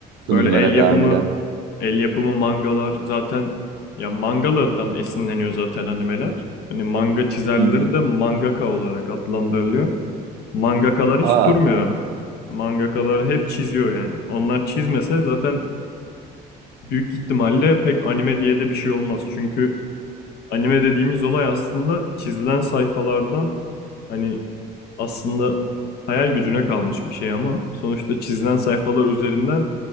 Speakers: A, on the right (about 75°); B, on the left (about 70°).
A: sunumlara
B: Böyle el yapımı
A: devam eden.
B: el yapımı mangalar zaten ya mangalardan esinleniyor zaten animeler. Hani manga çizerleri
A: Hı hı.
B: de mangaka olarak adlandırılıyor. Mangakalar hiç
A: Aa
B: durmuyor. Mangakalar hep çiziyor yani. Onlar çizmese zaten büyük ihtimalle pek anime diye de bir şey olmaz. Çünkü Anime dediğimiz olay aslında çizilen sayfalardan hani aslında hayal gücüne kalmış bir şey ama sonuçta çizilen sayfalar üzerinden